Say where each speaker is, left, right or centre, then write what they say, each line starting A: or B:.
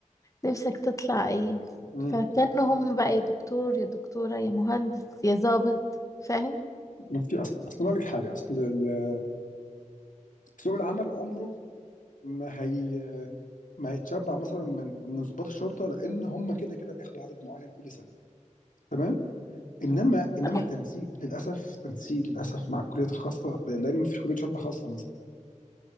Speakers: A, on the left (about 25°); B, on the left (about 85°).
A: نفسك تطلع ايه
B: مم.
A: فكانوا هم بقى يا دكتور يا دكتورة يا مهندس يا ضابط فاهم
B: ما في اصل اصل أنا اقول لك حاجه اصل ال- سوق العمل عمره ما هي ما هيتشبع مثلا من من ضباط الشرطه لان هم كده كده بياخدوا عدد معين كل سنه تمام انما انما
A: طبعاً.
B: التنسيق للاسف تنسيق للاسف مع الكليات الخاصه لان ما فيش كليه شرطه خاصه مثلا